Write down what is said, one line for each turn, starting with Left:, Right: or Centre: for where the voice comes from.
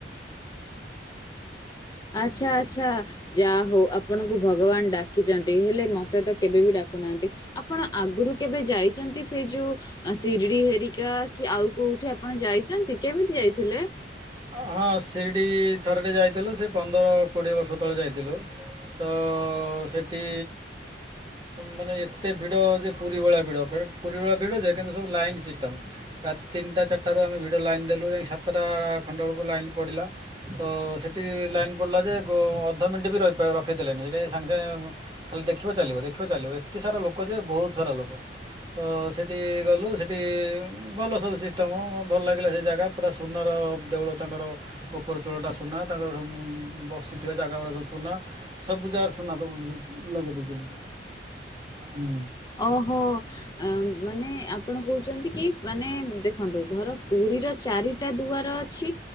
Left: <inaudible> ଆଛା ଆଛା ଯାହା ହଉଁ ଆପଣଙ୍କୁ ଭଗବାନ ଡାକିଛନ୍ତି। ହେଲେ ମତେ ତ କେବେ ବି ଡା ଡାକୁ ନାହାନ୍ତି। ଆପଣ ଆଗରୁ କେବେ ଯାଇଛନ୍ତି। ସେଇ ଯୋଉଁ ସିରିଡି ହେରିକା କି ଆଉ କୋଉଁ କୋଉଁଠି ଆପଣ ଯାଇଛନ୍ତି। କେମିତି ଯାଇଥିଲେ?
Right: ହଁ ସିରିଡ଼ି ଥରଟେ ଯାଇଥିଲୁ। ସେ ପନ୍ଦର କୋଡ଼ିଏ ବର୍ଷ ତଳେ ଯାଇଥିଲୁ। ତ ସେଠି ମାନେ ଏତେ ଭିଡ଼ ଯେ ପୁରୀ ଭଳିଆ ଭିଡ଼ ପୁରୀ ଭଳି ଭିଡ଼ ଯେ କିନ୍ତୁ ସବୁ ଲାଇନ୍ ସିଷ୍ଟମ ରାତି ତିନିଟା ଚାରଟାରୁ ଆମେ ଭିଡ଼ ଲାଇନ୍ ଦେଲୁ ଯାଇକି ସାତଟା ଖଣ୍ଡକୁ ଲାଇନ ପଡ଼ିଲା ତ ସେଠି ଲାଇନ୍ ପଡ଼ିଲା ଯେ ଅଧ ମିନିଟ୍ ବି ରହି ରଖେଇ ଦେଲେନି ହେଟି ସାଙ୍ଗେ ସାଙ୍ଗେ ଖାଲି ଦେଖିବା ଚାଲିବ ଦେଖିବା ଚାଲିବ ଏତେ ସାରା ଲୋକ ଯେ ବହୁତ ସାରା ଲୋକ। ତ ସେଠି ଗଲୁ ସେଠି ଭଲ ସବୁ ସିଷ୍ଟମ୍ ଭଲ ଲାଗିଲା ସେ ଜାଗା ପୁରା ସୁନାର ଦେଉଳ ତାଙ୍କର ଉପର ଚୋଳଟା ସୁନା ତାଙ୍କର ସବୁ ବସି ଥିବା ଜାଗା ଗୁଡ଼ା ସବୁ ସୁନା ସବୁ ଜାଗାରେ ସୁନା ତା ଲଗେଇ ଦେଇଚନ୍ତି ହୁ।
Left: ଓହୋ ମାନେ ଆପଣ କହୁଛନ୍ତି କି ମାନେ ଦେଖନ୍ତୁ ଧର ପୁରୀ ପୁରୀର ଚାରିଟା ଦୁଆର ଅଛି